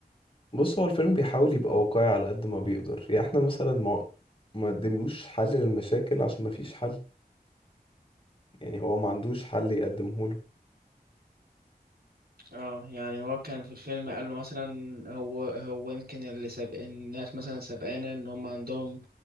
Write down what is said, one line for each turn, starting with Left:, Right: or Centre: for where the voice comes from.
Left: بص هو الفيلم بيحاول يبقى واقعي على قد ما بيقدر يعني احنا مثلا ما ما قدملوش حل للمشاكل عشان ما فيش حل يعني هو ما عندوش حل يقدمه
Right: اه يعني هو كان في الفيلم قال له مثلا هو هو يمكن اللي سابق الناس مثلا سابقانا ان هم عندهم